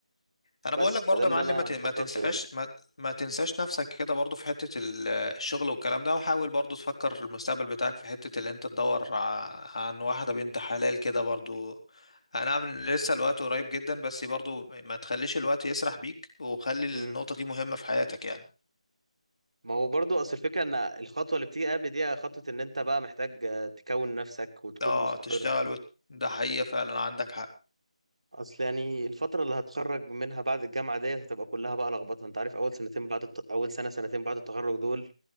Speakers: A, on the left; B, on the right.
A: انا
B: بس
A: بقول لك برضه
B: فده اللي
A: يا معلم
B: انا
A: ما ت-
B: مخطط
A: ما تنساش
B: له
A: ما, ما تنساش نفسك كده برضه في حتة ال- الشغل والكلام ده وحاول برضه تفكر المستقبل بتاعك في حتة اللي انت تدور ع- عن واحدة بنت حلال كده برضه انا عامل لسه الوقت قريب جدا بس برضه ما تخليش الوقت يسرح بيك وخلي النقطة
B: يعني
A: دي مهمة في حياتك يعني
B: ما هو برضو اصل الفكره ان الخطوه اللي بتيجي قبل دي خطوه ان انت بقى محتاج آه، تكون نفسك وتكون
A: اه
B: مستقر
A: تشتغل وت... ده حقيقة فعلا عندك حق
B: اصل يعني الفتره اللي هتخرج منها بعد الجامعه ديت هتبقى كلها بقى لخبطه انت عارف اول سنتين بعد الت... اول سنه سنتين بعد التخرج دول